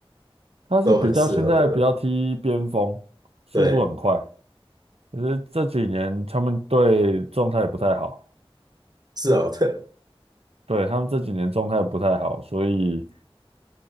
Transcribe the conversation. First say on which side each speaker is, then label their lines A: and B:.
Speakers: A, on the right (about 80°); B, on the right (about 40°).
A: 他是比较现在比较踢边锋，
B: 都很适合的。
A: 速度很快。
B: 对，
A: 可是这几年他们队状态不太好，
B: 是哦，<laughs> 对，
A: 对，他们这几年状态不太好，所以